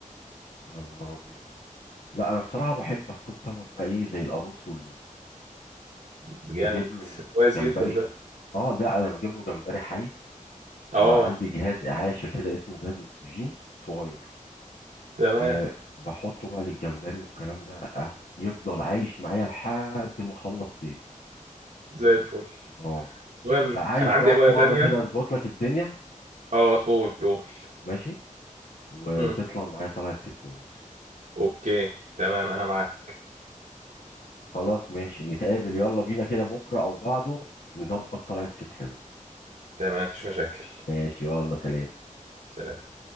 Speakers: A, on the left; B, on the right.
A: يا نهار ابيض لا انا بصراحه بحب اصطاد سمك بقى ايه زي القاروص واللوت
B: جامد
A: بجيب له
B: كويس
A: جمبري
B: جدا ده
A: اه ده انا بجيب له جمبري حي وعندي
B: اه
A: جهاز اعاشه كده اسمه جهاز اكسجين صغير
B: تمام
A: آه بحطه بقى للجمبري والكلام ده آه، يفضل عايش معايا لحد ما اخلص صيد
B: زي الفل
A: اه
B: المهم
A: عايز
B: انا عندي
A: بقى
B: هوايه
A: في مره
B: تانية
A: كده اظبط لك الدنيا
B: اه قول قول
A: ماشي وتطلع
B: مم.
A: معايا طلعت صيد كويس
B: اوكي تمام انا معاك
A: خلاص ماشي نتقابل يلا بينا كده بكرة أو بعده نظبط طلعة صيد حلو
B: تمام مفيش مشاكل
A: ماشي يلا سلام
B: سلام